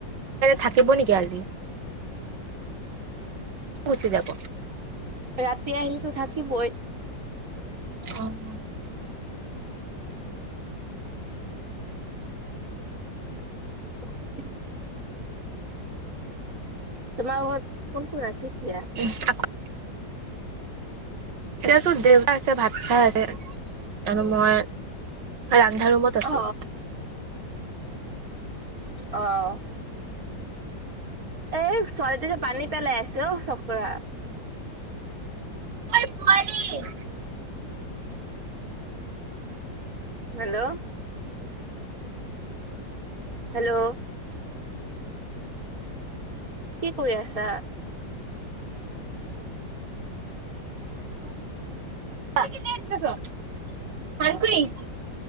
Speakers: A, on the right; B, on the right.
A: থাকিব নেকি আজি? গুচি যাব।
B: ৰাতি আহিলেতো থাকিবই।
A: অ'।
B: <unintelligible> তোমাৰ ঘৰত কোন-কোন আছে এতিয়া।
A: <unintelligible> এয়া তোৰ দেউ আছে ভাত খাই আছে আৰু মই এ ৰন্ধা ৰুমত আছোঁ।
B: অ অ'। এ ছোৱালীটো যে পানী পেলাই আছে অ চক্ৰাৰ
A: ঐ পোৱালী।
B: <unintelligible> হেল্ল'? হেল্ল'? কি কৰি আছা? <unintelligible> <unintelligible>
A: <unintelligible>